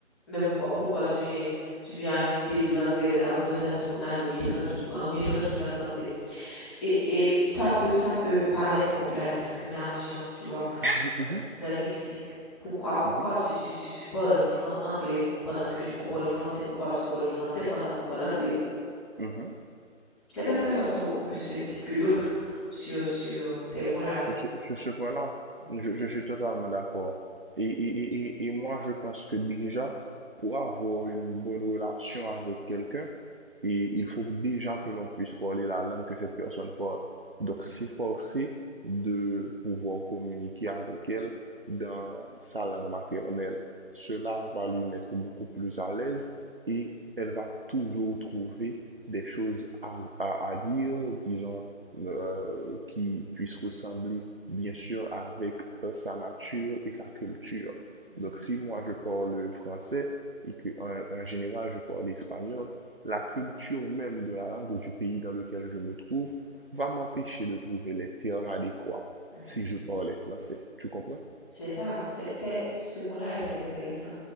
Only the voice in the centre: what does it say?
Mais pourquoi, pourquoi tu viens, tu viens ajouter de l'anglais dans la conversation qu'on avait bien tranquillement, bien tranquille en français? Et, et ça peut, ça peut paraître comme de la discrimination, tu vois,
linguistique. Pourquoi, pourquoi
tu, tu, tu, tu parles anglais pendant que je- on parle français? Pourquoi tu parles français pendant qu'on parle anglais?
Certaines personnes sont beaucoup plus susceptibles que d'autres sur, sur ces points-là.
Mhm,
mhm,
mhm.
C'est ça. C'est, c'est- ce point-là est très intéressant